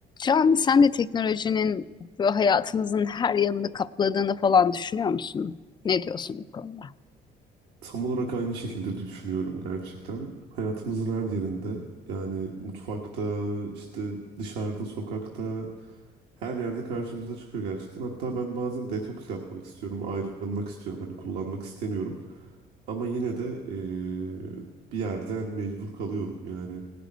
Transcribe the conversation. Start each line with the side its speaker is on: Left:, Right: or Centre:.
Left: Can, sen de teknolojinin böyle hayatımızın her yanını kapladığını falan düşünüyor musun? Ne diyorsun bu konuda?
Right: Tam olarak aynı şekilde düşünüyorum gerçekten. Hayatımızın her yerinde yani mutfakta, işte dışarıda, sokakta her yerde karşımıza çıkıyor gerçekten. Hatta ben bazen detoks yapmak istiyorum, ayrılmak istiyorum. Hani kullanmak istemiyorum. Ama yine de eee, bir yerde yani mecbur kalıyorum. Yani